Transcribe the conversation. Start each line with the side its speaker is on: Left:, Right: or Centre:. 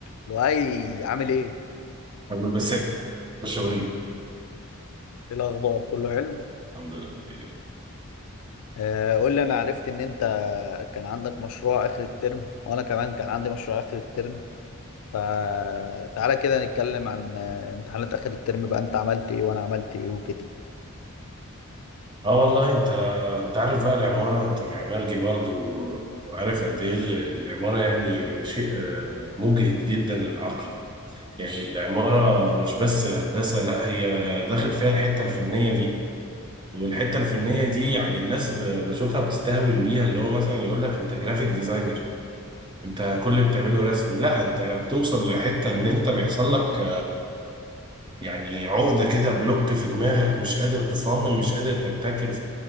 Left: لؤي عامل ايه؟
Right: والبساتين شوي
Left: ايه الاخبار؟ كله حلو؟
Right: الحمد لله بخير
Left: آه قول لي انا عرفت ان انت كان عندك مشروع اخر الترم وانا كمان كان عندي مشروع اخر الترم فتعالى كده نتكلم عن آه، امتحانات اخر الترم بقى انت عملت ايه وانا عملت ايه وكده
Right: اه والله انت انت عارف بقى العمارة انت معماري برضه و- وعارف قد ايه ال- العمارة يعني شيء آه، مجهد جدا للعقل يعني العمارة مش بس هندسة لا هي داخل فيها الحتة الفنية دي والحتة الفنية دي يعني الناس ب- بشوفها بتستهوي بيها اللي هو مثلا يقول لك انت جرافيك ديزاينر انت كل اللي بتعمله رسم لا انت بتوصل لحتة ان انت بيحصل لك يعني عقدة كده بلوك في دماغك مش قادر تصمم مش قادر تبتكر